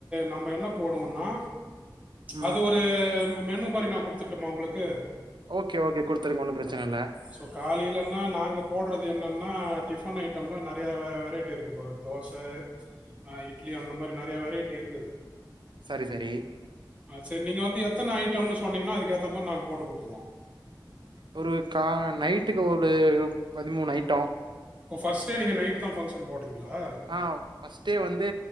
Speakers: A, on the right; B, on the right.
A: நம்ம என்ன போடுவோன்னா
B: ம்
A: அது ஒரு மெனு மாரி நா குடுத்துர்டுமா உங்குளுக்கு
B: ஓகே ஓகே குடுத்துருங்க ஒன்னு பிரச்சன இல்ல
A: ஸோ காலேலன்னா நாங்க போடுறது என்னென்னா டிஃபன் ஐட்டம்ல நெறையா வெ வெரைட்டி இருக்குப்போ தோச ஆ இட்லி அந்த மாரி நிறைய வெரைட்டி இருக்குது
B: சரி சரி
A: ஆ சரி நீங்க வந்து எத்தன ஐட்டம்ன்னு சொன்னீங்கன்னா அதுக்க ஏத்த மாரி நாங்க போட்டு கொடுத்துவோம்
B: ஒரு கா நைட்டுக்கு ஒரு பதிமூணு ஐட்டம்
A: ஓ ஃபர்ஸ்ட்டே நீங்க நைட்டு தா ஃபங்ஷன் போடுறீங்களா
B: ஆ ஃபர்ஸ்ட்டே வந்து